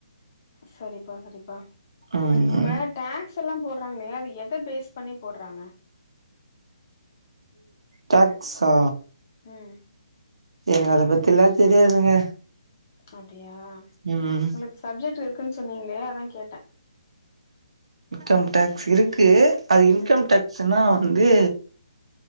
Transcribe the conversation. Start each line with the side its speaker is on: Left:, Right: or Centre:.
Left: சரிப்பா சரிப்பா
Right: ஆமா
Left: இப்ப டாக்ஸ்ஸல்லா போட்றாங்களே அது எத பேஸ் பண்ணி போட்றாங்க
Right: டேக்ஸ்ஸா
Left: ம்
Right: எனக்கு அத பத்தி எல்லா தெரியாதுங்க
Left: அப்டியா
Right: ம்
Left: உங்களுக்கு சப்ஜெக்ட் இருக்குன் சொன்னீங்ளே அதா கேட்டே
Right: இன்கம் டேக்ஸ் இருக்கு அது இன்கம்
Left: ம்
Right: டேக்ஸ்ன்னா வந்து